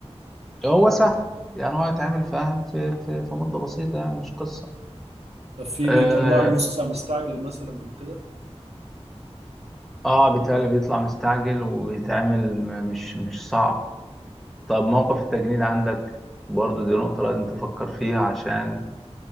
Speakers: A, in the centre; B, on the right.
A: هو سهل يعني هو هيتعمل فاهم في في في مدة بسيطة يعني مش قصة
B: طب في
A: اه,
B: بيطلعوا نص ساعة مستعجل مثلا او كده
A: آه بيتهيألي بيطلع مستعجل وبيتعمل م- مش مش صعب طب موقف التجنيد عندك برضو دي نقطة لازم تفكر فيها عشان